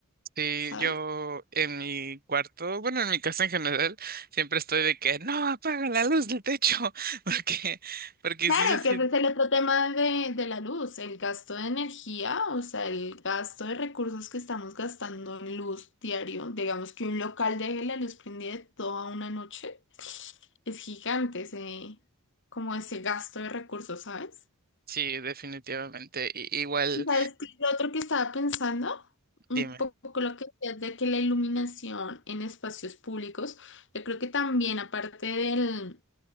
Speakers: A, on the right; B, on the left.
A: Sí,
B: ¿sabes?
A: yo en mi cuarto, bueno, en mi casa en general, siempre estoy de que no apaga la luz del techo, <laughs> porque, porque
B: Claro,
A: sí, sí, sí,
B: que ese es el otro tema de, de la luz, el gasto de energía, o sea, el gasto de recursos que estamos gastando en luz diario. Digamos que un local deje la luz prendida toda una noche. Es gigante ese, como ese gasto de recursos, ¿sabes?
A: sí, definitivamente. I- igual,
B: ¿Sabes qué? es Lo otro que estaba pensando, un
A: dime.
B: poco lo que decías de que la iluminación en espacios públicos, yo creo que también aparte del,